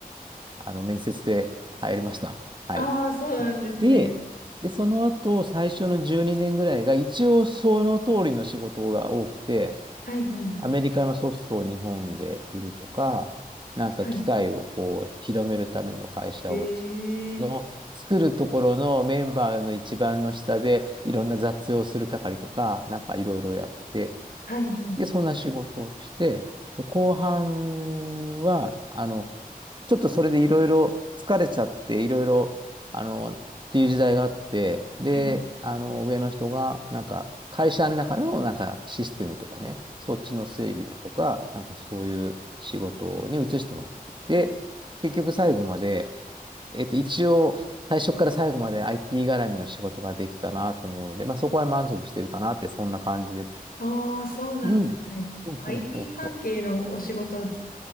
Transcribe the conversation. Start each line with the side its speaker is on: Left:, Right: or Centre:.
Right: あの、面接で入りました。はい。
Left: ああー、そうなんですね。
Right: で、で、その後、最初の12年ぐらいが、一応その通りの仕事が多くて、
Left: はい、はい、
Right: アメリカのソフトを日本で売るとか、なんか機械をこう広めるための会社をつ
Left: はい。ええ
Right: の作るところのメンバーの一番の下でいろんな雑用する係とか、なんかいろいろやって、
Left: はい、はい、
Right: で、そんな仕事をして、で、後半は、あの、ちょっとそれでいろいろ疲れちゃって、いろいろ、あの、っていう時代があって、で、
Left: はい。
Right: あの、上の人が、なんか、会社の中の、なんか、システムとかね、そっちの整備だとか、なんかそういう仕事に移してもらって、で、結局最後まで、えっと、一応、最初から最後まで IT 絡みの仕事ができたなと思うので、まあ、そこは満足してるかなって、そんな感じです。
Left: ああ、そうなんですね。
Right: うん。そうそうそうそ
Left: IT 関係のお仕事